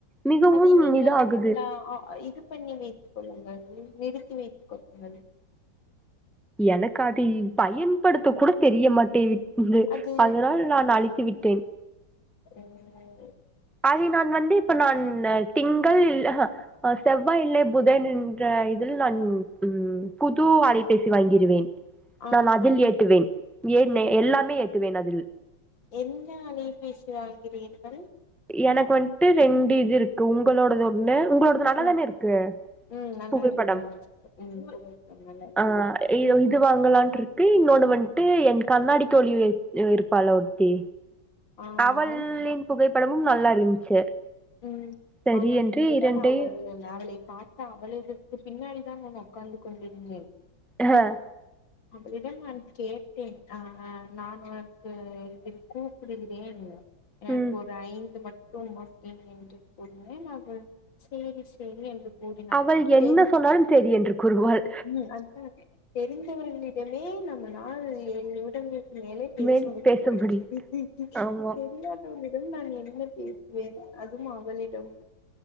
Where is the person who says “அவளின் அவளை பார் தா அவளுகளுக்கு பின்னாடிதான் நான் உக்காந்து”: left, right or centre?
Left